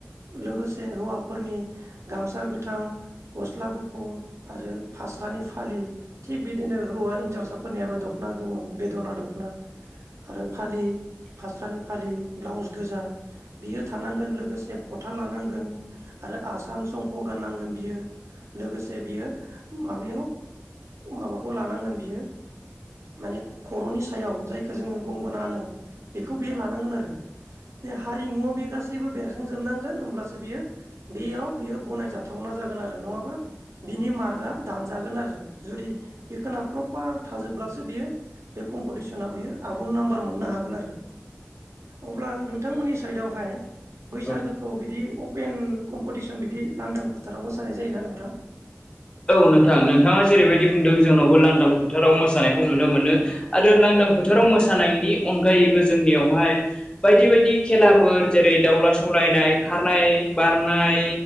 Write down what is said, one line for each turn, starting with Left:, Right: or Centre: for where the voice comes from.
Right: लोगोसे हौवाफोरनि गामसा गोथां, गस्ला गुफुर आरो फा स्रानि फालि थिग बिदिनो हौवा हिन्जावसाफोरनियाबो दख'ना गोमो, बेद'ना दख'ना आरो फालि फास्रानि फालि, ब्लाउस गोजा बियो थानांगोन लोगोसे फथा लानांगोन आरो आसान संख' गाननांगोन बियो लोगोसे बियो माबायाव माबाखौ लानांगोन बियो माने खर'नि सायाव जायखौ जोङो गंगोना होनो बेखौ बेयो लानांगोन आरो
Left: <inaudible>
Right: बे हारिमुवाव बेयो गासैबो बेरखांजोबनांगोन होमब्लासो बियो बेयाव बियो गनायजाथावना जागोन आरो नङाबा बिनि मार्कआ दानजागोन आरो जुदि बेखौना प्रपार थाजोबब्लासो बेयो बे कम्पिटिसनाव बेयो आबुं नाम्बार मोननो हागोन आरो अब्ला नो थांमोननि साइडआवहाय बैसागोखौ
Left: औ
Right: बिदि अपेन कम्पिटिसन बिदि लांदां फोथाराव मोसानाय जायोना नोंथां।
Left: औ नोंथां नोंथाङा जेरैबायदि बुंदों जोंनावबो लांदां फोथाराव मोसानायखौ नुनो मोनो आरो लांदां फोथाराव मोसानायनि अनगायैबो जों नियावहाय बायदि-बायदि खेलाफोर जेरै दाउला सौलायनाय, खारनाय, बारनाय